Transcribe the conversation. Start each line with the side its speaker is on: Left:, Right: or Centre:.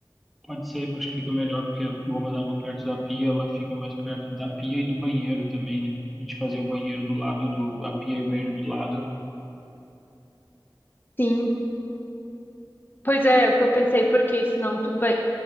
Centre: Pode ser, acho que fica melhor, porque a bomba d'água perto da pia, ela fica mais perto da pia e do banheiro também, né? A gente fazer o banheiro do lado do, a pia e o banheiro do lado.
Left: Sim, pois é, é o que eu pensei, porque senão tudo vai